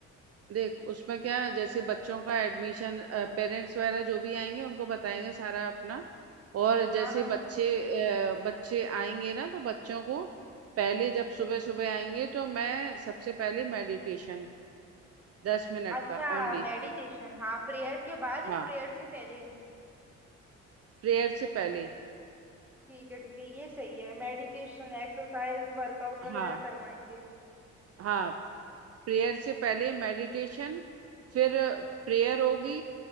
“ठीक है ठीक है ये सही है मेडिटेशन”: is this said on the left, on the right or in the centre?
Centre